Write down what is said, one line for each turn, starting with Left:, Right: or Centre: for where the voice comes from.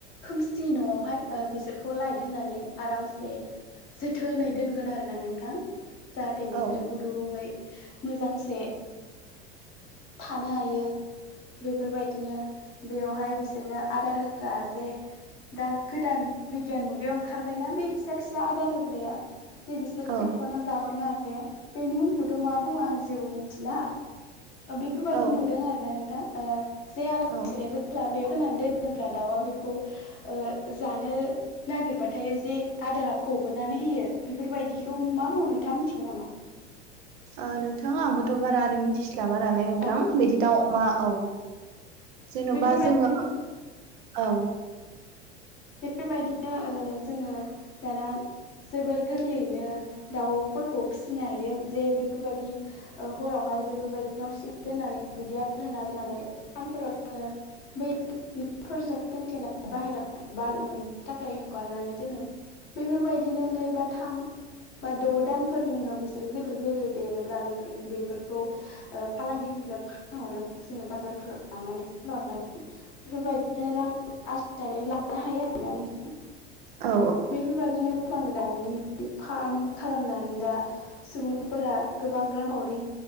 Left: खोमसि न'आवहाय ओ बिसोरखौ लाइट होनानै आरामसे जोथोनै दोनगोन आरोना नोंथां जाहाथे बिसोरो
Right: औ
Left: गुदुुङै मोजांसे - थानो हायो बेफोरबायदिनो बेयावहाय बिसोरनो आदार होग्रा जे दा गोदान बिगियान मुगायाव ओंखारबायना बे फिसा फिसा आदार होग्राया जे बिसोरो
Right: औ
Left: खेबख'ना जाहरनो हाग्राया बेनि मुंखौथ' मा बुङो आं जेबो मिथिला बेफोरबायदि
Right: औ
Left: नुदों आरो ना नोंथां ओ जे आलाय
Right: औ
Left: सिलायबो जाला बेयाव होनानै दोनोब्ला दाउआ बेखौ ओ जानो नागिरबाथाय जे आदारा गबोनानै होयो बेफोरबायदिखौ मा बुङो नोंथाङा मिथिगौ नामा?
Right: ओ नोंथां आंबोथ' बारा ओरै मिथिस्लाबा नालाय नोंथां
Left: औ
Right: बिदि दाउ अमा औ जेन'बा
Left: बेफोरबायदिनो
Right: जोङो औ
Left: बेफोरबायदिनो ओ जोङो दाना जोबोर गोरलैयैनो दाउफोरखौ फिसिनो हायो जे बेफोरबायदि ओ हरावहाय बेफोरबाय न' सिं दोननानै बिदि आदार होना दोननानै सानफोराव जोङो बै फोरजों सोंथेनानै बाहेरायाव ब मोननो थाखाय हगारनानै दोनो बेफोरबायदिनो नै बा थाम बा द' दानफोरनि उनाव बिसोरो गिदिर गिदिर देरोब्ला बेफोर बेफोरखौ फालांगिफोरनो फानहरोब्ला जोङो बाजारफोराव लांनानै फानहरनानै बेफोरबायदिनो रां आरजिनानै लानो हायो आरोोना नों
Right: औ
Left: बेफोरबायदिनो गोबां दाउनि फार्म खालामनानै दा सुबुंफोरा गोबां रांखावरि